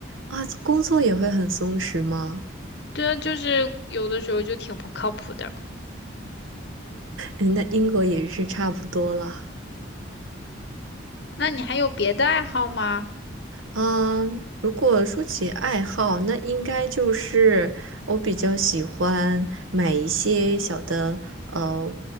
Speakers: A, on the right; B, on the left.
A: 啊，工作也会很松弛吗？
B: 对啊，就是有的时候就挺不靠谱的。
A: 嗯，那英国也是差不多了。
B: 那你还有别的爱好吗？
A: 嗯，如果说起爱好，那应该就是我比较喜欢买一些小的呃